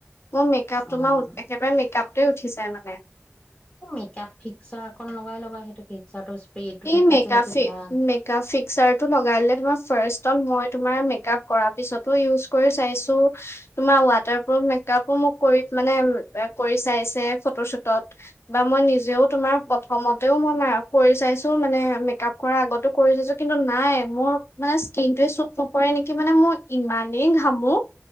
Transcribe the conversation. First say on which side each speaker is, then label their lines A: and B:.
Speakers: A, on the left; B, on the left.
A: মই মেকআপ
B: অ',
A: তোমাৰ একেবাৰে মেকআপটোৱে উঠি যায় মানে
B: এ মেকআপ ফিক্সাৰ অকন লগাই ল'বা সেইটো ফিক্সাৰটো স্প্ৰেটো
A: এই
B: থাকে
A: মেগাফি,
B: যে সেইটো ভাল।
A: মেগাফিক্সাৰটো লগালে তোমাক ফাৰ্ষ্টত মই তোমাৰ মেক আপ কৰাৰ পিছটো ইউজ কৰি চাইছোঁ, তোমাৰ ৱাটাৰপ্ৰুফ মেক আপো মোক কৰি মানে কৰি চাইছে, ফটো চটোত, বা মই নিজেও তোমাক প্ৰথমতেও মই মা কৰি চাইছোঁ। ত' মানে মেকআপ কৰা আগতো কৰি চাইছোঁ কিন্তু নাই মোৰ মানে স্কিনটোৱে চুট নকৰে নেকি মানে মই ইমানেই ঘামো